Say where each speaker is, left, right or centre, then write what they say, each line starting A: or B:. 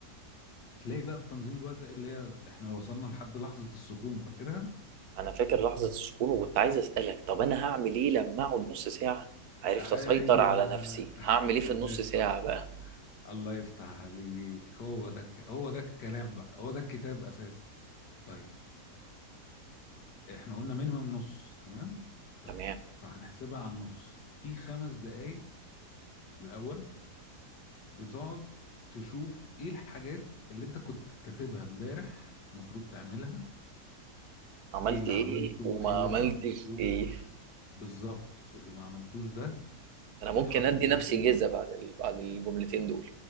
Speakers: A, on the left; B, on the right.
A: تلاقي بقى في تنظيم الوقت ده اللي هي احنا وصلنا لحد لحظه السكون فاكرها
B: انا فاكر لحظه السكون وكنت عايز اسالك طب انا هعمل ايه لما اقعد نص ساعه عرفت
A: ايوه
B: اسيطر
A: <laughs> ايوه
B: على نفسي هعمل ايه في
A: الله
B: النص
A: يفتح
B: ساعه بقى
A: الله يفتح عليك هو ده الك- هو ده الكلام بقى هو ده الكتاب اساسا طيب احنا قلنا مينيمم نص تمام طيب
B: تمام
A: فهنحسبها على النص في خمس دقايق الاول بتقعد تشوف ايه الحاجات اللي انت كنت كاتبها امبارح المفروض تعملها
B: عملت
A: ايه اللي
B: ايه
A: عملته
B: وما
A: ايه اللي
B: عملتش
A: ما عملتوش
B: ايه
A: بالظبط اللي ما عملتوش ده
B: انا
A: يتحط
B: ممكن ادي
A: كده
B: نفسي
A: ايه
B: جيزه بعد ال... بعد الجملتين دول